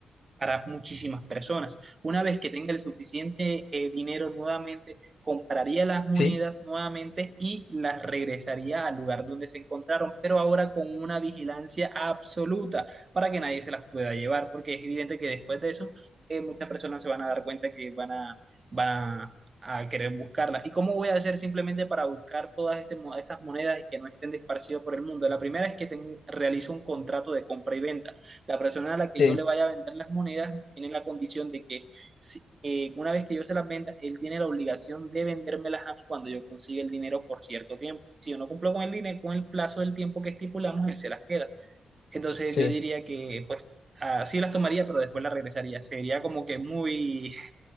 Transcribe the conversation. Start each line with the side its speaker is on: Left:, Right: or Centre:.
Right: para muchísimas personas. Una vez que tenga el suficiente eh, dinero nuevamente, compraría las monedas
Left: sí,
Right: nuevamente y las regresaría al lugar donde se encontraron, pero ahora con una vigilancia absoluta para que nadie se las pueda llevar, porque es evidente que después de eso eh, muchas personas se van a dar cuenta que van a, van a, a querer buscarlas. ¿Y cómo voy a hacer simplemente para buscar todas ese esas monedas y que no estén esparcidas por el mundo? La primera es que ten- realizo un contrato de compra y venta la persona a la que
Left: sí,
Right: yo le vaya a vender las monedas tiene la condición de que si- eh, una vez que yo se las venda, él tiene la obligación de vendérmelas a mí cuando yo consiga el dinero por cierto tiempo. Si yo no cumplo con el dinero, con el plazo del tiempo que estipulamos, él se las queda. Entonces
Left: sí.
Right: yo diría que pues así las tomaría, pero después las regresaría. Sería como que muy,